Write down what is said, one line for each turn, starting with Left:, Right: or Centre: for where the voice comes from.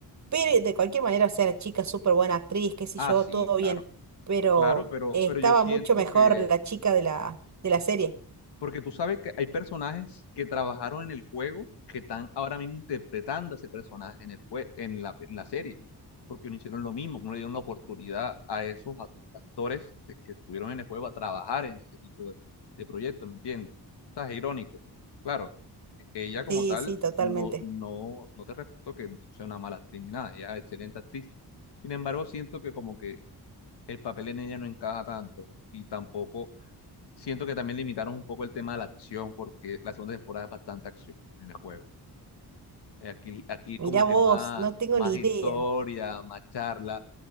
Right: pero de cualquier manera, o sea, la chica es súper buena actriz, qué sé
Left: Ah,
Right: yo,
Left: sí,
Right: todo
Left: claro,
Right: bien, pero
Left: claro, pero,
Right: eh,
Left: pero
Right: estaba
Left: yo siento
Right: mucho mejor
Left: que
Right: la chica de la, de la serie.
Left: Porque tú sabes que hay personajes que trabajaron en el juego que están ahora mismo interpretando a ese personaje en el jue- en la, en la serie, porque no hicieron lo mismo, no le dieron la oportunidad a esos act- actores que, que estuvieron en el juego a trabajar en ese tipo de, de proyectos, ¿me entiendes? O sea, es irónico. Claro, e-, ella como
Right: Sí,
Left: tal,
Right: sí, totalmente.
Left: no, no, no te refuto que sea una mala actriz ni nada, ella es excelente actriz. Sin embargo, siento que como que el papel en ella no encaja tanto y tampoco Siento que también limitaron un poco el tema de la acción, porque la segunda temporada es bastante acción en el juego. Eh, Aquí, aquí
Right: Mirá
Left: como que
Right: vos,
Left: más,
Right: no tengo
Left: más
Right: ni
Left: historia,
Right: idea.
Left: más charla,